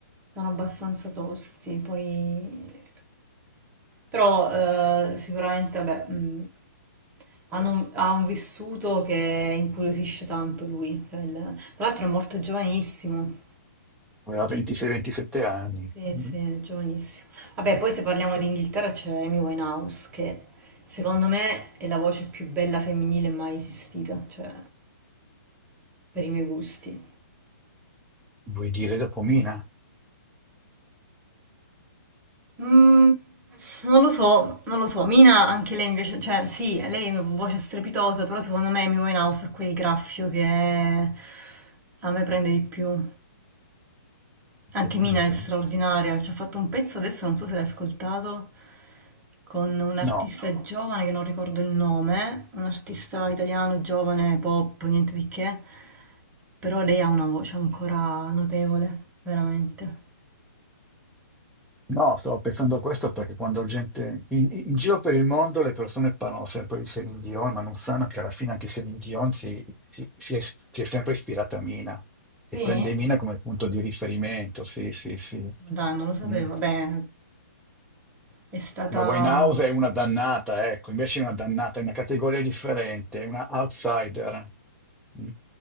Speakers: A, on the right; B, in the centre.
A: sono abbastanza tosti, poi Però eh, sicuramente vabbè, mh, hanno- ha un vissuto che incuriosisce tanto lui. Cioè, il- tra l'altro è morto giovanissimo.
B: Aveva 26-27 anni,
A: Sì,
B: mm?
A: sì, è giovanissimo. Vabbè, poi se parliamo di Inghilterra c'è Amy Winehouse, che secondo me è la voce più bella femminile mai esistita, cioè per i miei gusti.
B: Vuoi dire dopo Mina?
A: Mm, non lo so, non lo so. Mina
B: Ho
A: anche lei invece, cioè sì, lei ha una voce strepitosa, però secondo me Amy Winehouse ha quel graffio che a me prende di più.
B: Capito.
A: Anche Mina è straordinaria, ci ha fatto un pezzo adesso, non so se l'hai ascoltato, con un artista
B: No,
A: giovane che non ricordo il nome, un artista italiano giovane, pop, niente di che, però lei ha una voce ancora notevole, veramente.
B: no, stavo pensando a questo perché quando gente in, in giro per il mondo le persone parlano sempre di Celine Dion, ma non sanno che alla fine anche Celine Dion si, si- si è, si è sempre ispirata a Mina e
A: Sì?
B: prende Mina come punto di riferimento. Sì, sì, sì.
A: Ma Dai, non lo sapevo.
B: Mm.
A: Beh, è stata...
B: La Winehouse è una dannata, ecco, invece è una dannata, è una categoria differente, è una outsider. Mm.